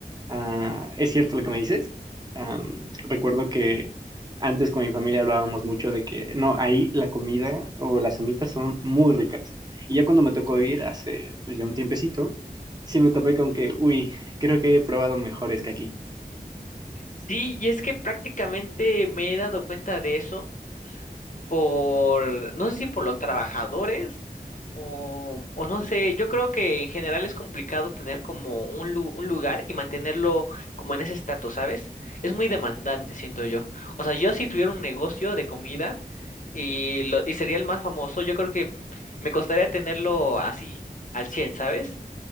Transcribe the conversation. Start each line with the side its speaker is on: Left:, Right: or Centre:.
Right: Ah, es cierto lo que me dices. Am, recuerdo que antes con mi familia hablábamos mucho de que no, ahí la comida o las semitas son muy ricas. Y ya cuando me tocó ir hace pues ya un tiempecito, sí me topé con que, uy, creo que he probado mejores que aquí.
Left: Sí, y es que prácticamente me he dado cuenta de eso por, no sé si por los trabajadores o, o no sé, yo creo que en general es complicado tener como un, lu- un lugar y mantenerlo como en ese estatus, ¿sabes? Es muy demandante, siento yo. O sea, yo si tuviera un negocio de comida y, lo, y sería el más famoso, yo creo que m- me costaría tenerlo así, al 100, ¿sabes?